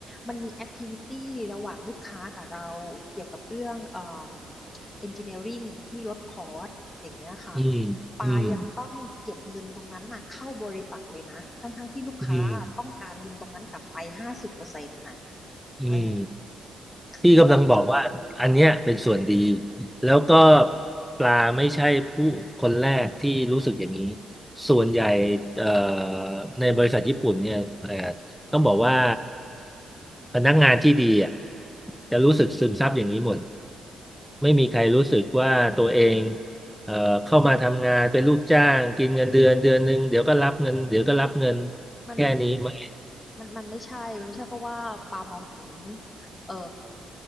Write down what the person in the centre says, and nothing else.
อืมอืม
อืมอืม
พี่กำลังบอกว่าอันเนี้ยเป็นส่วนดีแล้วก็ปลาไม่ใช่ผู้คนแรกที่รู้สึกอย่างนี้ส่วนใหญ่เอ่อในบริษัทญี่ปุ่นเนี่ยเอ่อต้องบอกว่าพนักงานที่ดีอ่ะจะรู้สึกซึมซับอย่างนี้หมดไม่มีใครรู้สึกว่าตัวเองเอ่อเข้ามาทำงานเป็นลูกจ้างกินเงินเดือนเดือนหนึ่งเดี๋ยวก็รับเงินเดี๋ยวก็รับเงิน
แค่นี้มั้ง